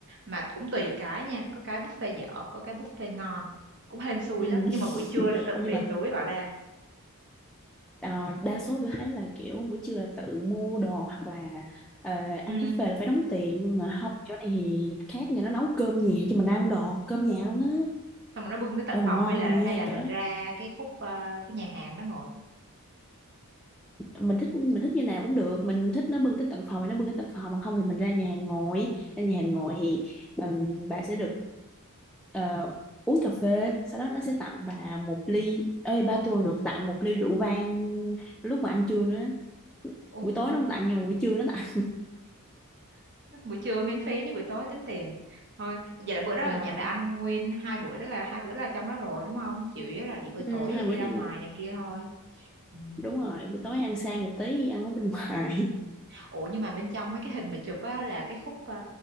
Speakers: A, on the right; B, in the centre.
A: Mà cũng tùy cái nha, có cái buffet dở, có cái buffet ngon. Cũng hên xui
B: Ừ.
A: lắm, nhưng mà buổi trưa
B: <laughs>
A: là tự
B: Không nhưng
A: tiền
B: mà
A: túi bỏ ra.
B: Ờ, đa số tôi thấy là kiểu buổi trưa là tự mua đồ hoặc là ờ,
A: Ừ.
B: ăn buffet là phải đóng tiền nhưng mà không chỗ này thì khác nhà nó nấu cơm nhà cho mình ăn đồ cơm nhà luôn á
A: xong rồi nó bưng tới tận
B: ờ mà
A: phòng
B: ngon
A: hay là
B: nha
A: hay là mình
B: chỗ đó
A: ra cái khúc ờ, cái nhà hàng đó ngồi
B: mình thích mình thích như nào cũng được mình thích nó bưng tới tận phòng thì nó bưng tới tận phòng mà không thì mình ra nhà hàng ngồi ra nhà hàng ngồi thì ờ, bà sẽ được ờ, uống cà phê sau đó nó sẽ tặng bà một ly ơi ba tôi còn được tặng một ly rượu vang lúc mà ăn trưa nữa
A: ồ
B: buổi tối
A: được
B: nó không tặng nhưng mà buổi trưa nó tặng
A: buổi trưa miễn phí chứ buổi tối tính tiền thôi vậy là bữa đó
B: À,
A: là nhà bà ăn nguyên hai buổi đó là hai bữa là trong đó rồi đúng không chủ yếu là đi buổi tối
B: ừ, hai
A: thì đi
B: bữa nhâm
A: ra ngoài này kia thôi ừ.
B: đúng rồi buổi tối ăn sang một tí ăn ở bên <laughs> ngoài
A: ủa nhưng mà bên trong mấy cái hình bà chụp á là cái khúc ờ,